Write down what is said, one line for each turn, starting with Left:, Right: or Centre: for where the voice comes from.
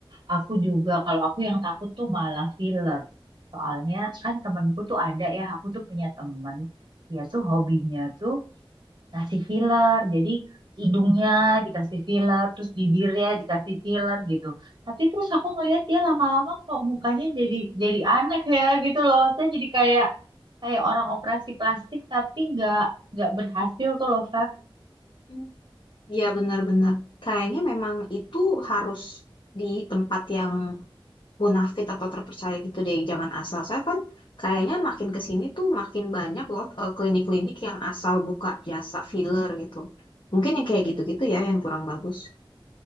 Right: aku juga. Kalau aku yang takut tuh malah filler. Soalnya kan temenku tuh ada ya. Aku tuh punya temen. Dia tuh hobinya tuh kasih filler. Jadi hidungnya dikasih filler, terus bibirnya dikasih filler gitu. Tapi terus aku ngeliat dia lama-lama kok mukanya jadi jadi aneh ya gitu loh. Saya jadi kayak kayak orang operasi plastik tapi nggak nggak berhasil tuh loh, Feb.
Left: Hmm. Ya, benar-benar. Kayaknya memang itu harus di tempat yang bonafit atau terpercaya gitu deh. Jangan asal. Soalnya kan kayaknya makin ke sini tuh makin banyak loh eh, klinik-klinik yang asal buka jasa filler gitu. Mungkin yang kayak gitu-gitu ya yang kurang bagus.